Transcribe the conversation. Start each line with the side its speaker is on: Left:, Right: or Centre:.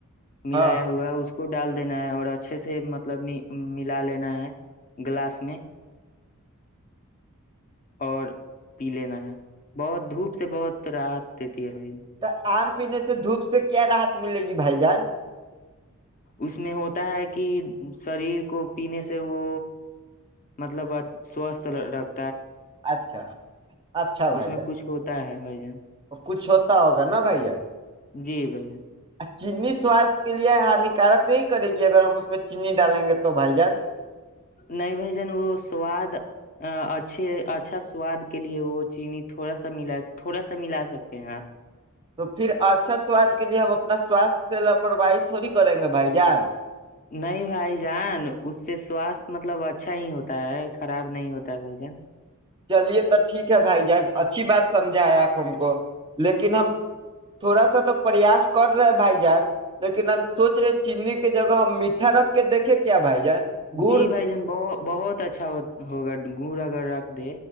Left: ملایا
Right: ہاں
Left: ہوا ہے اس کو ڈال دینا ہے اور اچھے سے مطلب ملا لینا ہے گلاس میں اور پی لینا ہے بہت دھوپ سے بہت رات دیتے پی ہو
Right: تو آم پینے سے دھوپ سے کیا راحت ملے گی بھائی جان
Left: اس میں ہوتا ہے کہ شریر کو پینے سے وہ مطلب سوستھ رکھ
Right: اچھا اچھا بھائی
Left: اس میں
Right: جان
Left: کچھ ہوتا ہے بھائی جان
Right: کچھ ہوتا ہوگا نا بھائی جان
Left: جی بھائی
Right: چیننی سواست کے لیے ہانیکارک نہیں کرے گی اگر ہم اس میں چینی ڈالیں گے تو بھائی جان
Left: نہیں بھائی جان وہ سواد اچھے اچھا سواد کے لیے وہ چینی تھوڑا سا ملا تھوڑا سا ملا سکتے ہیں آپ
Right: تو پھر اچھا سواد کے لیے ہم اپنا سوست سے لاپرواہی تھوڑی کریں گے بھائی جان
Left: نہیں بھائی جان اس سے سواستھ مطلب اچھا اچھا ہی ہوتا ہے خراب نہیں ہوتا ہے بھائی جان
Right: چلیے تو ٹھیک ہے بھائی جان اچھی بات سمجھائے آپ ہم کو لیکن ہم تھوڑا سا تو پریاس کر رہے ہیں بھائی جان لیکن ہم سوچ رہے چیننی کے جگہ ہم میٹھا رکھ کے دیکھے کیا بھائی جان گڑ
Left: جی بھائی جان بت بہت اچھا ہوگا گورا گا د